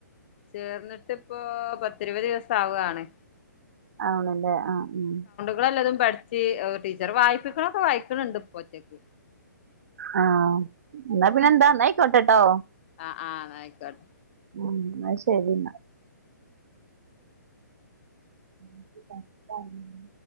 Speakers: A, on the left; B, on the right.
A: ചേർന്നിട്ട്പ്പോ പത്തിരുപത് ദിവസം ആവാണ്..
B: ആണല്ലേ ആ ഉം..
A: വല്ലതും പഠിച്ച് ടീച്ചർ വായിപ്പിക്കണൊക്കെ വായിക്കണണ്ട് ഇപ്പോ ഒറ്റക്ക്..
B: ആഹ ന്നാ പിന്നെ എന്താ ന്നയിക്കോട്ടട്ടോ..
A: ആഹ് ആഹ് ന്ന ആയിക്കോട്ടെ
B: ഉം അത് ശരി എന്നാ ത <unintelligible>